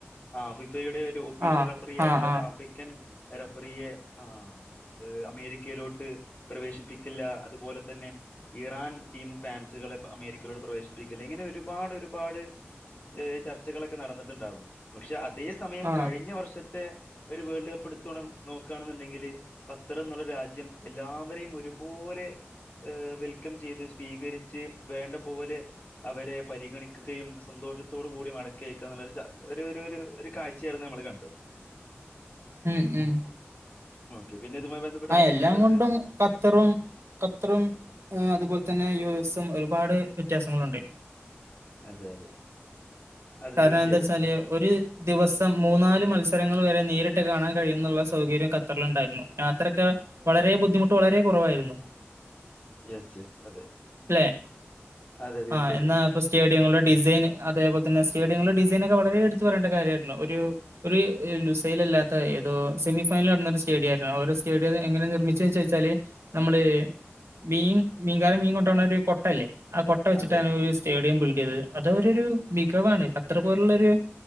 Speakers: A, on the left; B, on the right.
A: ആ ഫിഫയുടെ ഒരു ഒഫീഷ്യൽ
B: ആ
A: റഫറി ആയിട്ടുള്ള
B: ആ
A: ഒരു
B: ആ
A: ആഫ്രിക്കൻ റഫറിയെ ആ അമേരിക്കയിലോട്ട് പ്രവേശിപ്പിക്കില്ല അതുപോലെ തന്നെ. ഇറാൻ ടീം ഫാൻസുകളെ അമേരിക്കയിലോട് പ്രവേശിപ്പിക്കില്ലെ ഇങ്ങനെ ഒരുപാട് ഒരുപാട് ഈ ചർച്ചകളൊക്കെ നടന്നിട്ടുണ്ടാരുന്നു. പക്ഷെ അതേ സമയം
B: ആ
A: കഴിഞ്ഞ വർഷ ത്തെ ഒരു വേൾഡ് കപ്പ് എടുത്തു നോക്കാണെന്നുണ്ടെങ്കിൽ ഖത്തർ എന്നുള്ള രാജ്യം എല്ലാവരെയും ഒരു പോലെ വെൽക്കം ചെയ്ത് സ്വീകരിച്ച് വേണ്ട പോലെ. അവരെ പരിഗണിക്കുകയും സന്തോഷത്തോട് കൂടി മടക്കിയയ്ക്ക ന്നു ള്ളൊരു ച ഒരു ഒര് ഒര് ഒരു കാഴ്ചയായിരുന്നു മ്മള് കണ്ട്.
B: ഉം ഉം
A: ഓക്കെ. പിന്നെ ഇതുമായി ബന്ധപ്പെട്ട്
B: ആ
A: ആശിമിന്
B: എല്ലാം
A: എന്താ പറയാനുള്ളത്?
B: കൊണ്ടും ഖത്തറും ഖത്തറും അതുപോലെ തന്നെ യു സം ഒരുപാട് വ്യത്യാസങ്ങളുണ്ട്.
A: അതെ അതെ അതെ
B: കാരണ
A: തീർച്ചയായിട്ടും.
B: ന്താ ച്ചാല് ഒരു ദിവസം മൂന്നാല് മത്സരങ്ങൾ വരെ നേരിട്ട് കാണാൻ കഴിയുന്നുള്ള സൗകര്യം. ഖത്തറിലുണ്ടായിരുന്നു യാത്രൊക്കെ വളരെ ബുദ്ധിമുട്ട് വളരെ കുറവായിരുന്നു.
A: യെസ് യെസ് അതെ
B: അല്ലെ
A: അതെ തീർച്ചയായിട്ടും.
B: ആ എന്നാ പ്പ സ്റ്റേഡിയങ്ങളുടെ ഡിസൈൻ അതേപോലെ തന്നെ സ്റ്റേഡിയങ്ങൾ. ഡിസൈനൊക്കെ വളരെ എടുത്തു പറയേണ്ട കാര്യായിരുന്നു. ഒരു ഒരു ലുസയ്ൽ ലല്ലാത്ത ഏതോ സെമിഫൈനൽ നടന്നിട്ട്. സ്റ്റേഡിയായിര് അവരെ സ്റ്റേഡിയം എങ്ങനെ നിർമിച്ചെച്ചെയ്ച്ചാല് നമ്മള് മീൻ മീൻകാരൻ മീൻ കൊ ണ്ടൊണൊരു കൊട്ടല്ലേ ആ കൊട്ട വെച്ചിട്ടാണ്
A: അതെ.
B: ഒരു സ്റ്റേഡിയം ബിൽഡ് ചെയ്തത് അത് അവരാെരു മികവാണ് അത്ര പോലുള്ളൊരു